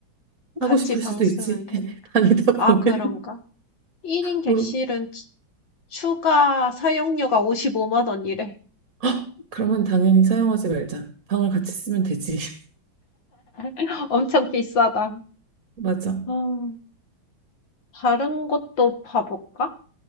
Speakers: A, on the left (about 65°); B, on the right (about 45°).
A: 같이
B: 하고 싶을
A: 방
B: 수도
A: 쓰면
B: 있지.
A: 되니까.
B: <laughs> 다니다 보면
A: 아, 그런가? 1인 객실은
B: 모르고
A: 추- 추가 사용료가 55만 원이래.
B: "헉, 그러면 당연히 사용하지 말자. 방을 같이 쓰면 되지. <laughs>
A: <laughs> 엄청 비싸다.
B: 맞아.
A: 음, 다른 곳도 봐볼까?